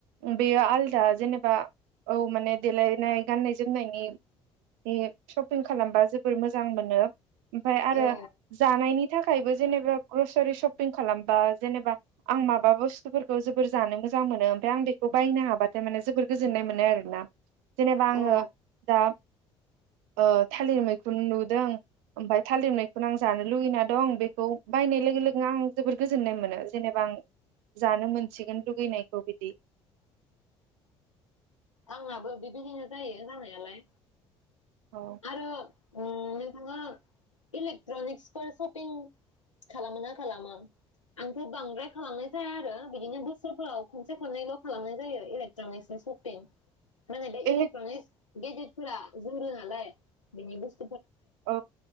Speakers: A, on the right (about 60°); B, on the left (about 85°).
A: बेयो आलदा जेनेबा औ माने देलायनाय गाननाय जोमनायनि सपिं खालामबा जोबोर मोजां मोनो। ओमफाय आरो
B: औ
A: जानायनि थाखायबो जेनेबा ग्रस स <unintelligible> सपिं खालामबा जेनेबा आं माबा बुस्थुफोरखौ जोबोर जानो मोजां मोनो ओमफ्राय आं बेखौ बायनो हाबाथाय माने जोबोर गोजोननाय मोनो आरोना। जेनेबा आङो
B: औ
A: दा ओ थालिर मैखुन नुदों ओमफ्राय थालिर मैखुन आं जानो लुगैना दं बेखौ बायनाय लोगो लोगो आं जोबोर गोजोननाय मोनो जेनेबा आं जानो मोनसिगोन लुगैनायखौ बिदि।
B: आंनाबो बेबायदिनो जायो जानायालाय
A: औ
B: आरो ओ नोंथाङा इलेक्ट्रनिक्सफोर शपिं खालामो ना खालामा? आंथ' बांद्राय खालामनाय जाया आरो बिदिनो बोसोरफोराव खनसे खननैल' खालामनाय जायो इलेक्ट्रनिक्सनि शपिं। माने बे
A: इलेक
B: इलक्ट्रनिक्स गेजेदफोरा जुरो नालाय बेनि बुस
A: औ